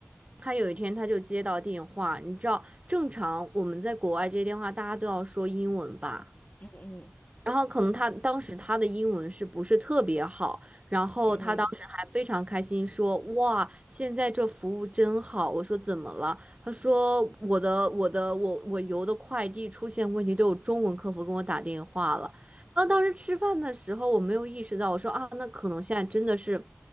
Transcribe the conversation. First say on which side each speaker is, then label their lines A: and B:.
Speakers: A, on the right (about 30°); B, on the left (about 35°).
A: 他有一天他就接到电话，你知道，正常我们在国外接电话，大家都要说英文吧？
B: 嗯嗯
A: 然后可能他当时他的英文是不是特别好，然后他当时还非常开心说：
B: 嗯
A: “哇，现在这服务真好。”我说：“怎么了？”他说：“我的我的我我邮的快递出现问题，都有中文客服跟我打电话了。”然后当时吃饭的时候我没有意识到，我说：“啊，那可能现在真的是，